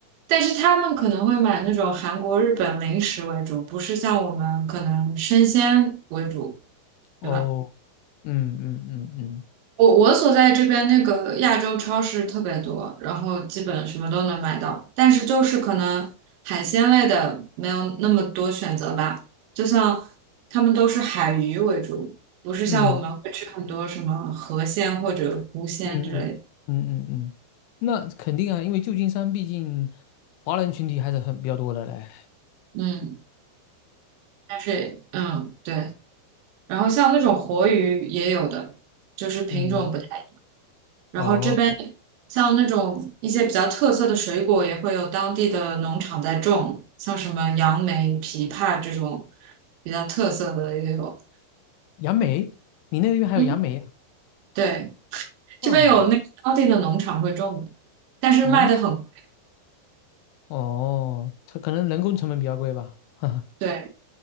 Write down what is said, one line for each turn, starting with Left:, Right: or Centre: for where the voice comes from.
Right: 但是他们可能会买那种韩国、日本零食为主，不是像我们可能生鲜为主，
Left: 哦，
Right: 对吧？
Left: 嗯嗯嗯嗯
Right: 我我所在这边那个亚洲超市特别多，然后基本什么都能买到，但是就是可能海鲜类的没有那么多选择吧。就像他们都是海鱼为主，不是像我们会吃很多什么河鲜或者湖鲜之类的。
Left: 嗯嗯嗯嗯嗯，嗯，那肯定啊，因为旧金山毕竟华人群体还是很比较多的嘞。
Right: 嗯，但是嗯对，然后像那种活鱼也有的，就是品种不太。
Left: 嗯，
Right: 然后这边
Left: 哦，
Right: 像那种一些比较特色的水果，也会有当地的农场在种，像什么杨梅、枇杷这种比较特色的也有。
Left: 杨梅，你那边还有杨梅啊？
Right: 嗯，对，这边有那个当地的农场会种的，
Left: 嗯
Right: 但是卖的很贵。
Left: 哦哦，它可能人工成本比较贵吧。<laughs> 哈哈。
Right: 对，